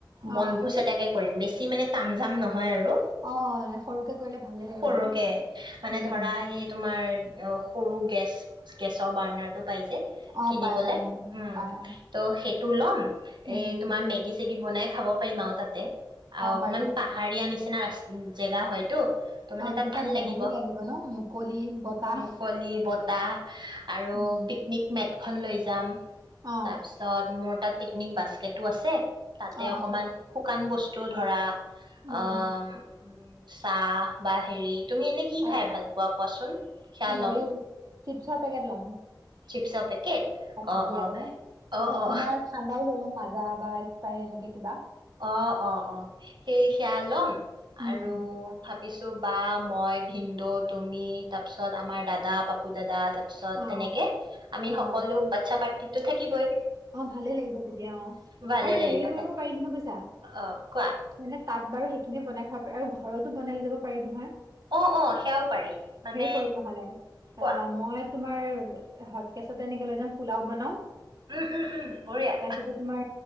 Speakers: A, on the right; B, on the right.
A: বনভোজ
B: অ
A: এটাকে কৰিম বেছি সি মানে <unintelligible> হয় আৰু
B: অ অ সৰুকে কৰিলে ভালে লাগে
A: সৰুকে,
B: বাৰু
A: মানে
B: উম
A: ধৰা
B: উম
A: আহি তোম মাৰ অ সৰু গেছ- গেছৰ বাৰ্ণাৰ টো পাই যে,
B: অ
A: কিনিবলৈ,
B: পাই পাই
A: উম,
B: পাই অ
A: ত' সেইট টো লম
B: উম
A: এ,
B: উম
A: তোমাৰ মেগী চেগ ই বনাই খাব পাৰিম আৰু তাতে অ অকমান
B: পাৰি পাৰি
A: পাহাৰীয়া নিচিনা নাইচ জেগা হয় ত মানে
B: অ
A: তাত ভাল লাগিব
B: ভালো ন মুকলি বতাহ
A: মুকলি বতাহ আৰু
B: উম
A: পিকনিক মেট খন লৈ যাম
B: অ
A: তাৰ পিছত মোৰ তাত পিকনিক বাস্কেটো আছে তাতে
B: অ
A: অকমান
B: অ
A: শুকান বস্তু ধৰা
B: উম
A: অ
B: উম
A: উম চাহ বা হেৰিত তুমি এনে কি
B: আৰু
A: খাই ভাল পোৱা কোৱাচোন সেয়া
B: হেৰি
A: ল'ম
B: চিপছৰ পেকেট ল'ম
A: চিপছ আপে অ
B: ভাল লাগে
A: অ
B: ন তাৰপাছত
A: অ অ
B: তোমাৰ ঠাণ্ডাও লৈ ল'ম মাজা বা স্প্ৰাইট এনেকে কিবা
A: অ অ অ সেই সেয়া লম
B: উম
A: আৰু
B: উম
A: ভাবিছো বা মই ভিন্দৌ তুমি তাৰ পিছত আমাৰ দাদা পাপু দাদা তাৰাছ পিছত
B: অ
A: তেনেকে আমি
B: অ অ
A: সকলো বাচ্ছা পাৰ্টি তো থাকিবই
B: অ ভালে লাগিব তেতিয়া অ
A: ভালে
B: আৰু হেৰি
A: লাগিব
B: কৰিব
A: তাকে
B: পাৰি নহয় বুইছা
A: অ কোৱা
B: মানে তাত বাৰু সেইখিনিয়ে বনাই খাব পাৰি আৰু ঘৰতো বনালৈ যাব পাৰি নহয়
A: অ অ সেয়াও পাৰি মানে
B: হেৰি কৰো নহ'লে আহ,
A: কোৱা
B: মই তোমাৰ হত কেচতে এনেকে লৈ যাম পোলাও বনাও
A: উম উম উম বঢ়িয়া
B: তাৰপিছতে তোমাৰ